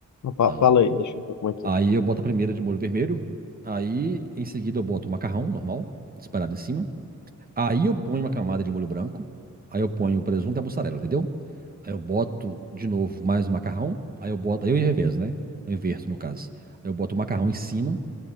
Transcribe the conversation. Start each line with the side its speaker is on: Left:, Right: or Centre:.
Left: Fa-
Right: Não.
Left: Fala aí, deixa eu ver como é que
Right: Aí
Left: é.
Right: eu boto a primeira de molho vermelho. Aí em seguida eu boto o macarrão normal, disparado em cima. Aí eu ponho uma camada de molho branco. Aí eu ponho o presunto e a mussarela, entendeu? Aí eu boto de novo mais o macarrão. Aí eu boto, aí eu revezo, né? Eu inverto no caso. Aí eu boto o macarrão em cima